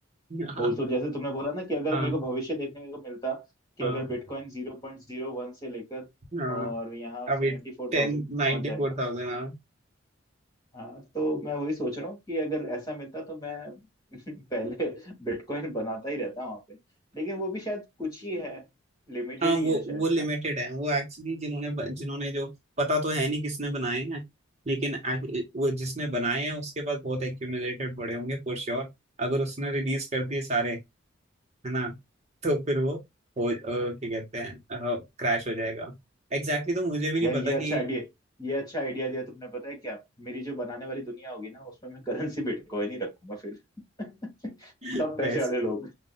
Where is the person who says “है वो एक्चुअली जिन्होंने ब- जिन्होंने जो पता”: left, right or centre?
Right